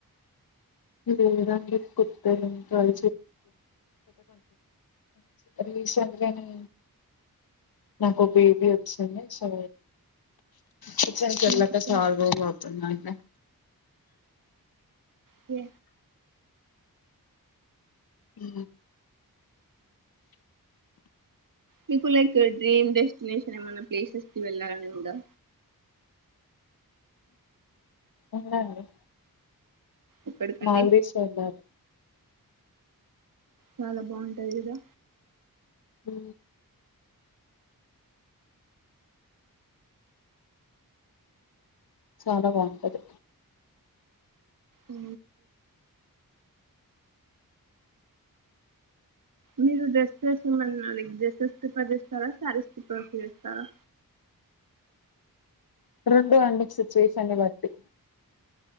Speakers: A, on the left (about 80°); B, on the right (about 60°).
A: లేదండి కొత్తవేం ట్రై రీసెంట్ గాని నాకు బేబీ వచ్చింది సో కిచెన్ కి వెళ్ళక
B: ఓకే.
A: చాలా రోజులు అవుతుందండి
B: కే
A: ఊ
B: మీకు లైక్ డ్రీమ్ డెస్టినేషన్ ఏమనా ప్లేసెస్ కి వెళ్ళాలని ఉందా
A: ఉందండి
B: ఎక్కడికండి
A: మాల్దీవ్స్ వెళ్ళాలి
B: చాలా బాగుంటాది కదా
A: ఊ చాలా బాగుంటది
B: ఉ మీరు డ్రెస్ వేసుకున్న వాళ్ళని లైక్ చేస్తారా ప్రిఫర్ చేస్తారా శారీస్ వేసుకున్న వాళ్లని ప్రిఫర్ చేస్తారా
A: రెండు అండి సిచువేషన్ని బట్టి